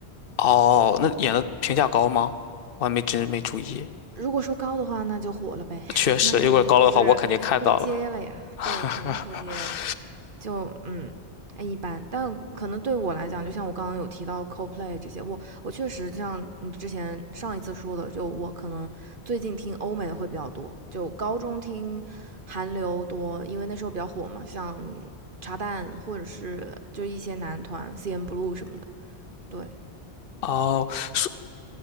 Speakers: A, on the left; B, on the right.
A: 哦，那演的评价高吗？我还没真没注意。
B: 如果说高的话，那就火了呗，
A: 确实，
B: <laughs> 那肯定就是扑街了呀，
A: 如果高了的话，我肯定看到了。<laughs>
B: 对，肯定扑街了。就嗯，哎一般，但可能对我来讲，就像我刚刚有提到 c o l p l a y 这些，我我确实就像你之前上一次说的，就我可能最近听欧美的会比较多，就高中听韩流多，因为那时候比较火嘛，像茶蛋或者是就一些男团 CN Blue 什么的，对，
A: 哦，说